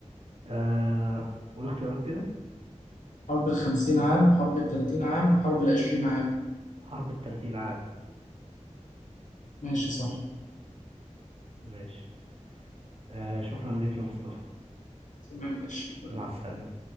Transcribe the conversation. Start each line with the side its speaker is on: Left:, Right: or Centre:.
Right: آه، قول اختيارات كده
Left: حرب الخمسين عام حرب التلاتين عام حرب العشرين عام
Right: حرب التلاتين عام
Left: ماشي صح
Right: ماشي آه شكرا لك يا مصطفى
Left: تمام ماشي
Right: مع السلامة